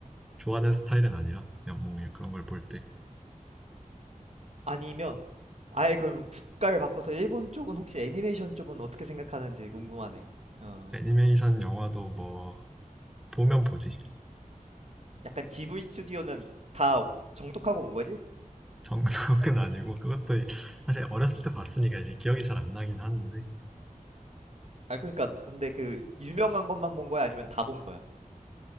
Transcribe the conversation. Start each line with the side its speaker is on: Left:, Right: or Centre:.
Centre: 좋아하는 스타일은 아니라, 그냥 뭐 그냥 그런 걸 볼 때.
Right: 아니면 아예 그러면 국가를 바꿔서 일본 쪽은 혹시 애니메이션 쪽은 어떻게 생각하는지 궁금하네. 어.
Centre: 애니메이션 영화도 뭐 보면 보지.
Right: 약간 지브리 스튜디오는 다 정독하고 온 거지?
Centre: 정석은 <laughs> 아니고 그것도 사실 어렸을 때 봤으니까 이제 기억이 잘 안 나긴 하는데
Right: 아 그러니까 근데 그 유명한 것만 본 거야? 아니면 다 본 거야?